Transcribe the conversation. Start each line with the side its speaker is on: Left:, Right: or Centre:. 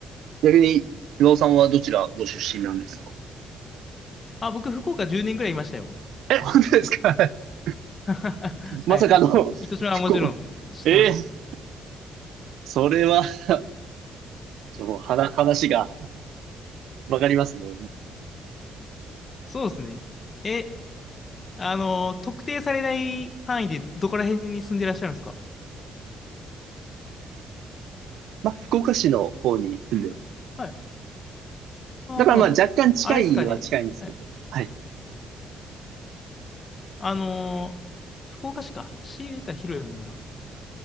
Right: 逆に、岩尾さんはどちらご出身なんですか
Left: あ、僕、福岡10年ぐらいいましたよ。
Right: え、本当ですか <laughs>
Left: <laughs> はい。
Right: まさかの、
Left: 糸島はもちろん知ってます。
Right: 福岡。えーそれは <laughs> ちょっともう話話がわかりますね。
Left: そうですね。え、あの特定されない範囲でどこら辺に住んでらっしゃるんですか
Right: まあ、福岡市の方に住んでる。
Left: はい。あ
Right: だからまあ若干近いは近いんですけど。
Left: あ、あれっすかね。はい。
Right: はい。
Left: あのー福岡市か。市言うたら広いもんな。